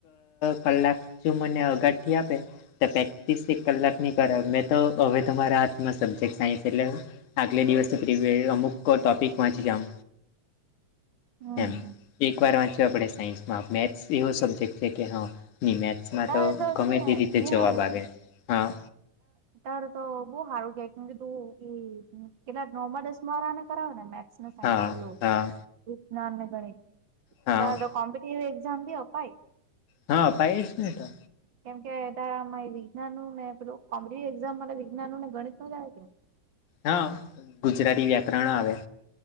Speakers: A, on the left; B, on the right.
A: કલાક જો મને આગળથી આપે. તો પ્રેક્ટિસ એક કલાકની કરાવ મેં તો હવે ત મારા હાથમાં સબ્જેક્ટ સાયન્સ એટલેે આગલે દિવસ પ્રિપર અમુક ટોપિક વાંચી જામ.
B: હમ
A: એમ એકવાર વાંચવા પડે આપણે સાયન્સમાં મેથ્સ એવો સબ્જેક્ટ છે કે હા, નિ મેથસ માં
B: તારે
A: તો ગમે
B: છે ને
A: તે રીતે
B: નિહાળ
A: જવાબ આવે, હા.
B: હારુ તો, બહું સારું કેમ કે તું એ કેટલા નોમા, દસમાવાળાને કરાવે ને મેક મેક્સ ને સાયન્સ
A: હા
B: પહેલુ
A: હા
B: <unintelligible>
A: હા
B: તા જો કોમ્પ્યુ તે એક્ઝામ બી અપાય.
A: હા અપાય જ ને તો.
B: કેમ કે તારામાં વિજ્ઞાનનું, ને પેલું કોમ્પટિવ એઝામ માટે વિજ્ઞાનનુ નેગણિતનું જ આવુ કે ની.
A: હા, ગુજરાતી વ્યાકરણ આવે.